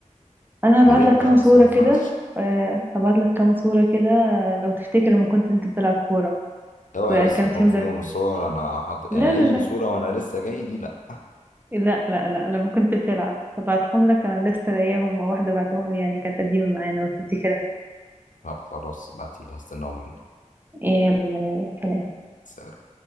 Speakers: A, on the right; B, on the left.
A: انا
B: يا
A: هبعت
B: ريت
A: لك
B: بقى
A: كام
B: بس
A: صوره
B: ما ينفعش
A: كده آه هبعت لك كام صوره كده آه، لو تفتكر لما كنت انت بتلعب كوره
B: اوعي
A: ك-
B: بس
A: كانت
B: يكون
A: يوم
B: فيهم
A: ده
B: صور أنا حط
A: لا
B: أي
A: لا لا
B: صورة وأنا لسه جاي دي لأ
A: لا لا لا لما كنت بتلعب بعتهم لك انا لسه لاقيهم واحدة بعتهم لي يعني كانت قديمة معانا لو تفتكرها
B: طب خلاص ابعتيلي هستناهم منك
A: يلا يلا سلام
B: سلام